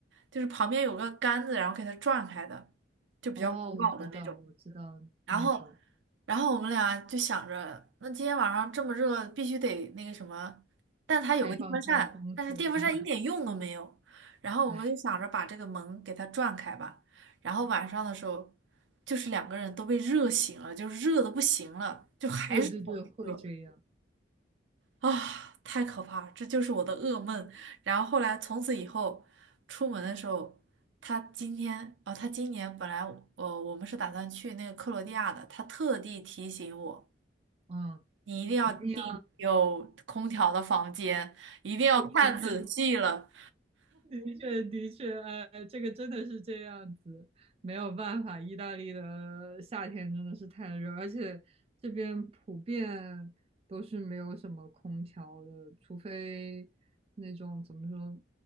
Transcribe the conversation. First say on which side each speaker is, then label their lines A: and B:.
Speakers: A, on the right (about 90°); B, on the right (about 30°).
A: 就是旁边有个杆子，然后给它转开的，就比较古老的那种。
B: 哦，我知道，我知道那种
A: 然后，然后我们俩就想着，那今天晚上这么热，必须得那个什么。但它有个电风扇，
B: 开窗通风是吧？
A: 但是电风扇一点用都没有。
B: <laughs>
A: 然后我们就想着把这个门给它转开吧。
B: 哎，
A: 然后晚上的时候，就是两个人都被热醒了，就是热的不行了，就还是好热。
B: 对对对，会这样，
A: 啊，太可怕了，这就是我的噩梦。然后后来从此以后，出门的时候，他今天啊，他今年本来呃，我们是打算去那个克罗地亚的，他特地提醒我，
B: 嗯。
A: 你一定要订有空调的房间，
B: 一定要，
A: 一定要看仔细了。
B: 的确，的确，的确，哎，这个真的是这样子，没有办法，意大利的夏天真的是太热，而且这边普遍都是没有什么空调的，除非那种怎么说，